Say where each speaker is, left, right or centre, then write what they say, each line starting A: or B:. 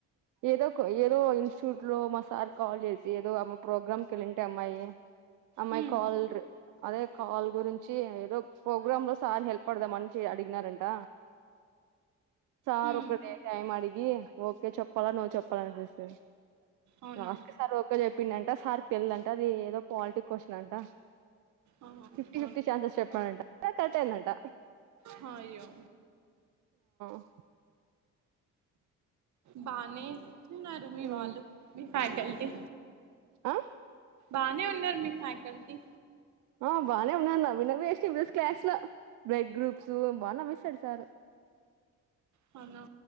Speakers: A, on the right; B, on the right.
A: ఏదో కో ఏదో ఇన్ షూట్ లో మా సార్ కాల్ చేసి ఏదో అమ్మ ప్రోగ్రాం కేళ్ళింటె అమ్మాయి అమ్మాయి
B: హ్మ్
A: కాల్రు అదే కాల్ గురించి ఏదో ప్రోగ్రామ్ లో సార్ హెల్ప్ అడుగుదామని అడిగినారంట సార్
B: హ్మ్
A: ఒకడే టైం అడిగి ఓకే చెప్పాలా నో చెప్పాల అనిపిస్తది
B: అవునా
A: లాస్ట్కీ సార్ ఒకే చెప్ పిండంట సార్ తెళ్దంట అది ఏదో పాలిటి క్వశ్చన్ అంట
B: ఆ
A: ఫిఫ్టీ
B: అవును
A: ఫిఫ్టీ ఛాన్సెస్ చెప్పానంట ఇగ కటైందంట
B: హయో
A: అ
B: బానే ఉన్నారు మీ
A: మ్
B: వాళ్ళు ఫ్యాకల్టీ
A: ఆ
B: బానే ఉన్నారు మీ ఫ్యాకల్టీ
A: ఆ బానే ఉన్నా నవ్వి నవ్వి వెస్ట్ క్లాస్ లో బ్లడ్ గ్రూప్స్ బాగా నవ్విస్తాడు సారు
B: అవునా